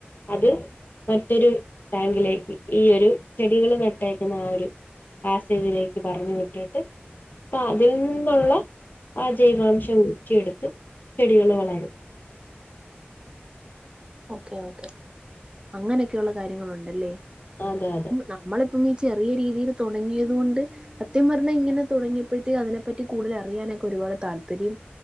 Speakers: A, on the left; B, on the right.
A: അത് മറ്റൊരു ടാങ്കിലേക്ക് ഈ ഒരു ചെടികൾ നട്ടേക്കുന്ന ആ ഒരു പാസേജിലേക്ക് പറഞ്ഞു വിട്ടിട്ട് അപ്പ അതിൽ നിന്നുള്ള ആ ജൈവാംശം ഊറ്റിയെടുത്ത് ചെടികൾ വളരും
B: ഓക്കെ ഓക്കെ അങ്ങനൊക്കെയുള്ള കാര്യങ്ങള് ഉണ്ടല്ലേ
A: അതെ അതെ
B: നമ്മളിപ്പം ഈ ചെറിയ രീതിയിൽ തുടങ്ങിയത് കൊണ്ട് അത്യം പറഞ്ഞാ ഇങ്ങനെ തുടങ്ങിയപ്പോഴത്തേക്ക് അതിനെ പറ്റി കടുതൽ അറിയാനൊക്കെ ഒരുപാട് താല്പര്യം